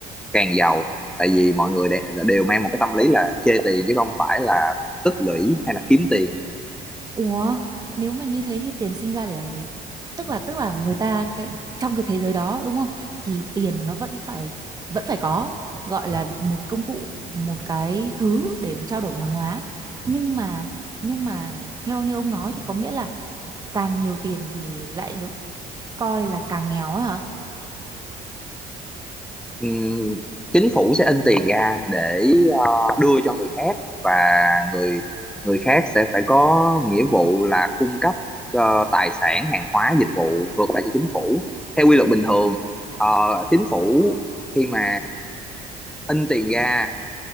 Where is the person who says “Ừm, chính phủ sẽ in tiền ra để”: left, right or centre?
Centre